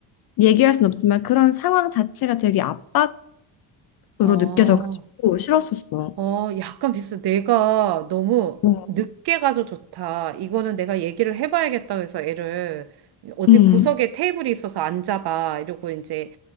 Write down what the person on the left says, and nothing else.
얘기할 순 없지만 그런 상황 자체가 되게 압박
으로 느껴져가지고 싫었었어.
어,
음,